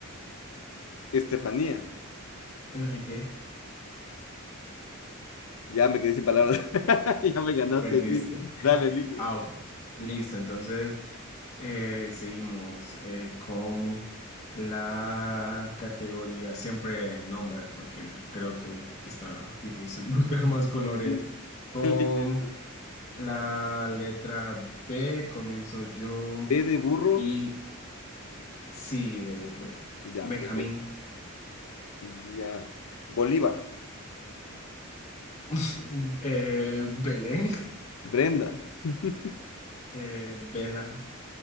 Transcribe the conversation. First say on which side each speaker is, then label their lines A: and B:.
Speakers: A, on the left (about 85°); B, on the left (about 35°).
A: <laughs> Estefanía.
B: Enrique,
A: Ya me quedé sin palabras. <laughs> Ya me ganaste,
B: perdiste.
A: sí. Dale, elige.
B: Ah, ok, listo, entonces Eh, seguimos eh, con la categoría, siempre nombres, porque creo que, que está difícil <laughs> buscar más colores.
A: <laughs>
B: Con
A: Literal.
B: la letra B comienzo yo
A: E de burro.
B: y sí, debo.
A: Ya,
B: Benjamín,
A: perfecto. Ya. Bolívar.
B: <laughs> eh, Belén,
A: Brenda. <laughs>
B: eh, Bela,